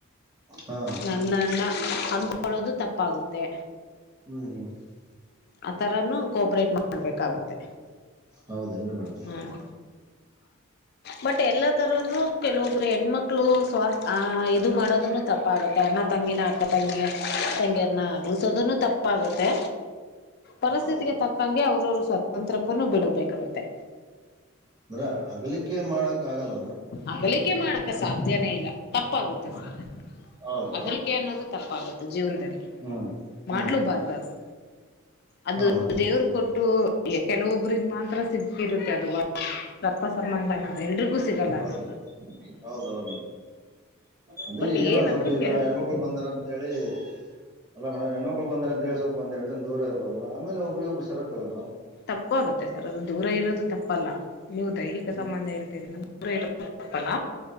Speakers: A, on the right; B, on the left.
A: ಹಾ
B: ನನ್ನನ್ನು ಅಂದ್ಕೊಳ್ಳೋದು ತಪ್ಪಾಗುತ್ತೆ
A: ಹ್ಮ್
B: ಆ ತರನು ಕೋಪರೇಟ್ ಮಾಡ್ಬೇಕಾಗುತ್ತೆ
A: ಹೌದೇನ್ರಿ ಮೇಡಮ್
B: ಹ್ಮ್ ಬಟ್ ಎಲ್ಲಾ ತರನು ಕೆಲವೊಬ್ರು ಹೆಣ್ಮಕ್ಳು ಸ್ವಾರ್ ಅ್ ಇದು ಮಾಡೋದನ್ನು ತಪ್ಪಾಗುತ್ತೆ ಅಣ್ಣ ತಂಗಿನ ಅಕ ತಂಗಿ ತಂಗಿಯನ್ನ ಆಗ್ಲು ಸ ಅದನು ತಪ್ಪಾಗುತ್ತೆ ಪರಿಸ್ಥಿತಿಗೆ
A: ಹೌದೌದು
B: ತಕ್ಕಂಗೆ ಅವ್ರವರು ಸ್ವತಂತ್ರಕ್ಕೂನು ಬಿಡಬೇಕಾಗತ್ತೆ
A: ಅಂದ್ರ ಆಗ್ಲಿಕ್ಕೆ ಮಾಡಕ್ ಆಗಲ್ಲ
B: ಅಗಲಿಕೆ ಮಾಡಕ ಸಾಧ್ಯನೇ ಇಲ್ಲ ತಪ್ಪಾಗುತ್ತೆ ಸರ್
A: ಹೌದ್ ಮೇಡಮ್
B: ಅಗಲಿಕೆ ಅನ್ನೋದು ತಪ್ಪಾಗುತ್ತೆ ಜೀವನದಲ್ಲಿ
A: ಹ್ಮ್
B: ಮಾಡಲೂಬಾರ್ದು
A: ಹ್ಮ್
B: ಅದು ಅದು
A: ಹಾ ಮತ್ತೆ
B: ದೇವರು ಕೊಟ್ಟು ಕೆಲವೊಬ್ರಿಗೆ ಮಾತ್ರ ಸಿಗ್ತಿಿರುತ್ತೆ ಅದು ರಪ್ಪ ಸಂಬಂಧ ಅನ್ನೋ ಎಲ್ರಿಗೂ ಸಿಗಲ್ಲ
A: ಹೌದ
B: ಅದು
A: ಮೇಡ ಹೌದೌದು್ ಮೇಡ ಅದು
B: ಬಟ್
A: ಏನಾದ
B: ಏನಂದ್ರೆ
A: ಸ್ವಲ್ಪ ಈಗ
B: ಕೆಲ
A: ಹೆಣ್ಮಕ್ ಬಂದಾರ ಅಂತ ಹೇಳಿ ಅಲ್ಲೇಡಮ ಹೆಣ್ಮಕ್ಳ ಬಂದ ಅಂತಳ್ ಸ್ವಲ್ಪಂದ ಎಡು ಜ ದೂ ಇರಬೋೇಡಮೇಲೆ ಒಬರಿ ಒಬ್ಬರುರತಲ್ಲೇಡ್
B: ತಪ್ಪ ಆಾಗುತ್ತೆ ಸರ್ ಅದು ದೂರ ಇರೋದು ತಪ್ಪಲ್ಲ ನೀವು ದೈಹಿಕ
A: ಹ್ಮ್
B: ಸಂಬಂಧ ಹೇಳ್ತರಿ ನಮ ಇ ತಪ್ಪಲ್ಲ